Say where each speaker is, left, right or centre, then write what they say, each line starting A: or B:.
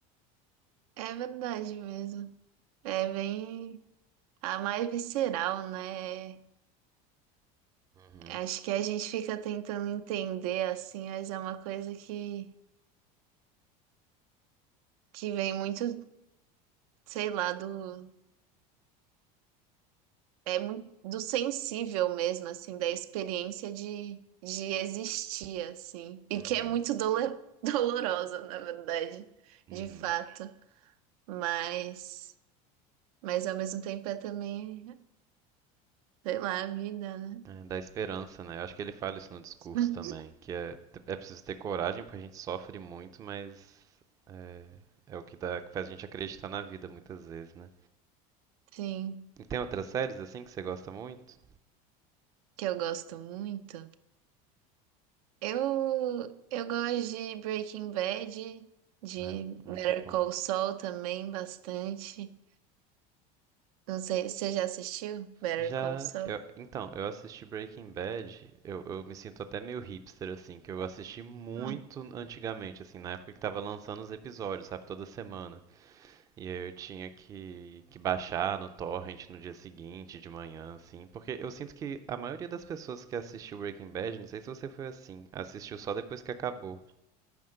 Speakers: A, on the right; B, on the right.
A: É verdade mesmo. É bem. A mais visceral, né?
B: Uhum,
A: Acho que a gente fica tentando entender assim, mas é uma coisa que, que vem muito, sei lá, do. é muito do sensível mesmo, assim, da experiência de, de existir, assim, e
B: uhum,
A: que é muito dole- <laughs> dolorosa, na verdade,
B: uhum.
A: de fato, mas, mas ao mesmo tempo é também, sei lá, a vida, né?
B: É, dá esperança, né? Eu acho que ele fala isso no discurso
A: <laughs>
B: também, que é, é preciso ter coragem, porque a gente sofre muito, mas é, é o que dá, que faz a gente acreditar na vida muitas vezes, né?
A: Sim,
B: E tem outras séries assim que você gosta muito?
A: que eu gosto muito. Eu, eu gosto de Breaking Bad, de
B: Ai, muito
A: Better
B: bom.
A: Call Saul também bastante. Não sei, você já assistiu Better
B: Já,
A: Call Saul?
B: eu- então, eu assisti Breaking Bad, eu, eu me sinto até meio hipster, assim, que eu assisti muito
A: Hum.
B: antigamente, assim, na época que tava lançando os episódios, sabe, toda semana. E aí eu tinha que, que baixar no torrent no dia seguinte, de manhã, assim. Porque eu sinto que a maioria das pessoas que assistiu Breaking Bad, não sei se você foi assim, assistiu só depois que acabou.